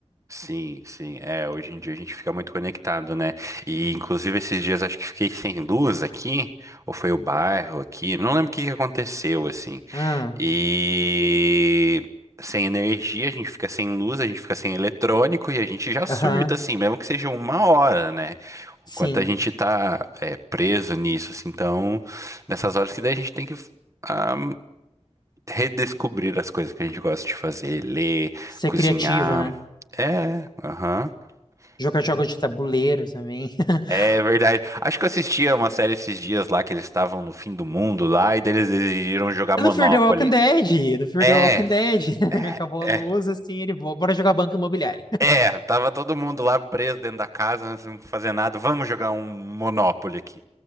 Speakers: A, on the right; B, on the left.
A: Sim, sim. É, hoje em dia a gente fica muito conectado, né? E inclusive esses dias acho que fiquei sem luz aqui, ou foi o bairro aqui, não lembro o que que aconteceu assim.
B: Ah,
A: E sem energia, a gente fica sem luz, a gente fica sem eletrônico e a gente já surta
B: aham,
A: assim, mesmo que seja uma hora, né?
B: sim.
A: O quanto a gente tá é, preso nisso, assim, então nessas horas que daí a gente tem que ah, redescobrir as coisas que a gente gosta de fazer, ler,
B: Ser
A: cozinhar.
B: criativa, né?
A: É, aham.
B: Jogar
A: né?
B: jogos de tabuleiro também. <laughs>
A: É verdade. Acho que eu assistia uma série esses dias lá que eles estavam no fim do mundo lá e daí eles decidiram jogar
B: É
A: Monopoly.
B: Do Fear the Walking Dead, do Fear
A: É,
B: the Walking Dead.
A: é,
B: <laughs> Acabou
A: é.
B: a luz, assim, ele volta, bora jogar banco imobiliário.
A: é, Tava todo mundo lá preso dentro da casa, sem fazer nada. Vamos jogar um Monopoly aqui.